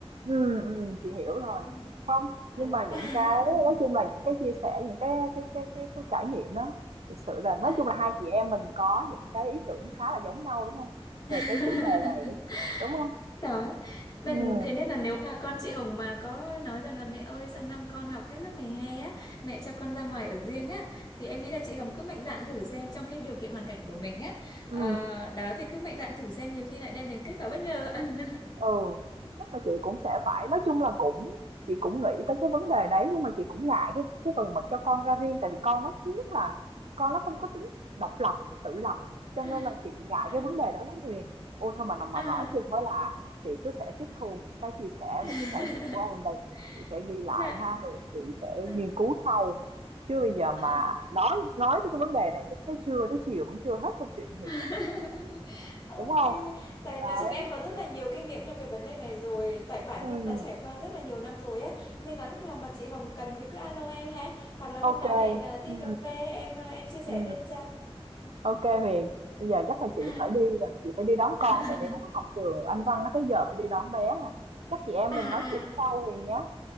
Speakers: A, on the right (about 85°); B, on the left (about 40°).
A: ừ ừm, chị hiểu rồi.
B: Ừ.
A: Không,
B: đó.
A: nhưng mà
B: <laughs>
A: những cái nói chung là những cái chia sẻ, những cái cái cái cái cái trải nghiệm đó, thực sự là nói
B: À.
A: chung là hai chị em mình có những cái ý tưởng khá là giống nhau, đúng không Về
B: <laughs>
A: cái chủ đề này đúng không
B: đó nên
A: ừ
B: thế nên là nếu mà con chị Hồng mà có nói rằng là mẹ ơi sang năm con học hết lớp 12 á mẹ cho con ra ngoài ở riêng á thì em nghĩ là chị Hồng cứ mạnh dạn thử xem trong cái điều kiện hoàn cảnh của mình á
A: ừ
B: Ờ, đó thì cứ mạnh dạn thử xem nhiều khi lại đem đến kết quả bất ngờ <laughs>
A: Ừ, chắc là chị cũng sẽ phải nói chung là cũng chị cũng nghĩ tới cái vấn đề đấy nhưng mà chị cũng ngại cái cái phần mà cho con ra riêng tại vì con nó thứ nhất là con nó không có tính độc lập tự lập cho nên
B: à,
A: là chị ngại
B: à,
A: cái vấn đề đó lắm Huyền ôi thôi mà mà
B: à.
A: nói chung mới là chị cứ sẽ tiếp thu những cái chia sẻ
B: <laughs>
A: những cái trải nghiệm của em đây chị sẽ ghi lại
B: dạ
A: ha rồi chị sẽ
B: À,
A: nghiên cứu sau chứ bây giờ mà
B: à.
A: nói nói tới cái vấn đề này chắc tới trưa tới chiều vẫn chưa hết câu chuyện Huyền
B: <laughs>
A: nhỉ
B: Ok,
A: đúng không
B: tại
A: đấy
B: nói chung em có rất là nhiều kinh nghiệm trong cái vấn đề này rồi, tại bản
A: ừ
B: thân đã trải qua rất là nhiều năm rồi ấy, nên là lúc nào mà chị Hồng cần thì cứ alo em ha, hoặc là hôm
A: ok
B: nào hẹn à, đi
A: ừ
B: cà phê em à, em chia sẻ
A: ừ
B: thêm cho.
A: OK Huyền, bây giờ chắc là chị
B: À,
A: phải đi rồi, chị phải đi đón con
B: <laughs>
A: tại bé nó học trường Anh Văn nó tới giờ phải đi đón bé à. Chắc chị em
B: à,
A: mình
B: à,
A: nói chuyện sau Huyền nhé.